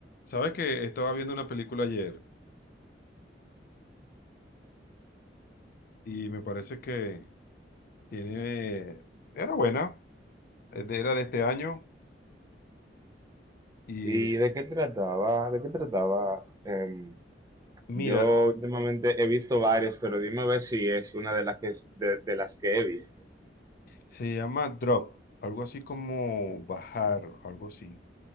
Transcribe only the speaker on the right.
¿Y de qué trataba? ¿De qué trataba? Em,
yo últimamente he visto varias, pero dime a ver si es una de las que es de, de las que he visto.